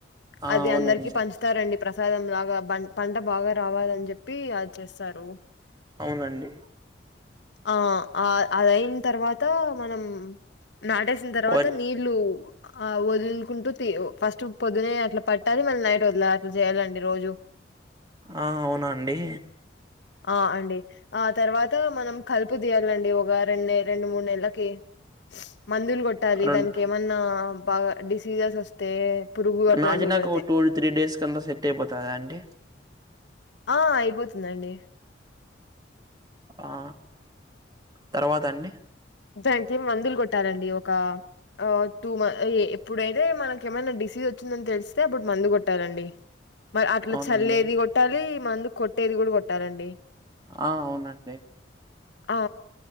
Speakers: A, on the right; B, on the left.
A: ఆ
B: అది
A: అవునండి
B: అందరికి పంచుతారండి ప్రసాదం లాగా బన్ పంట బాగా రావాలని చెప్పి చేస్తారు
A: అవునండి
B: ఆ ఆ అదయిన్ తర్వాత మనం నాటేసిన తర్వాత
A: వరి
B: నీళ్లు ఆ వదులుకుంటూ ఫస్ట్ పొద్దునే అట్లా పట్టాలి మళ్ళీ నైట్ వదలాలి అట్లా చేయాలండి రోజు
A: ఆ అవునా అండి
B: ఆ అండి ఆ తర్వాత మనం కలుపు తీయాలండి ఒక రెండు రెండు మూడు నెలలకి మందులు కొట్టాలి
A: రెండు
B: దాన్కెమన్నా బాగ డిస్ సీజస్ వస్తే పురుగు అట్లాంటివి
A: నాటినాక
B: పడితే
A: ఒక టూ త్రీ డేస్ కన్నా సెట్ అయిపోతదా అండి
B: ఆ అయిపోతుందండి
A: ఆ తర్వాత అండి
B: దానికి మందులు కొట్టాలండి ఒక ఆ టూ మ ఎప్పుడైతే మనక ఏమైనా డిసి వచ్చిందని తెలిస్తే అప్పుడు మందు కొట్టాలండి మరి అట్లా
A: అవునండి
B: చల్లేది కొట్టాలి మందు కొట్టేది కూడా కొట్టాలండి
A: ఆ అవునండి
B: ఆ